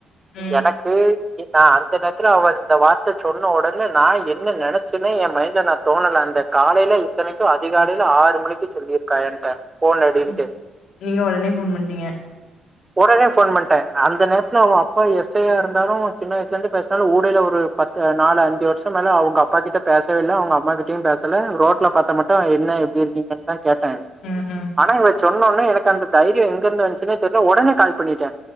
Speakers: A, on the left; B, on the right.
A: ம்
B: எனக் குய் இ நா அந்த நேரத்துல அவ இந்த வார்த்த சொன்ன ஒடனே நா என்ன நெனச்சன்னே எம் மைன் இல்ல நாத் தோணல அந்தக் காலைல இத்தனைக்கு அதிகாலைல ஆறு மணிக்கு சொல்லிருக்கா ஏன்ட்ட போனடின்ட்டு
A: ம். நீங்க ஒடனே ஃபோன் பண்ட்டீங்க
B: ஒடனே ஃபோன் பண்ட்டே அந்த நேரத்துல அவ அப்பா எஸ் ஐயா இருந்தாலு சின்ன வயசுலந்து பேச்னாலு ஊடைல ஒரு பத்து நாலு அஞ்சு வருஷம் மேல அவுங்க அப்பா கிட்ட பேசவே இல்ல அவுங் இப்ப அம்மா கிட்டியும் பேசல ரோட்ல பாத்த மட்டு என்ன எப்டி இருந்தீங்கன்தா கேட்டே
A: ம் ம்
B: ஆனா இவ சொன்னோனே எனக்கு அந்த தைரியோ எங்க வன்ச்சுனே தெரில ஒடனே கால் பண்ணிட்டே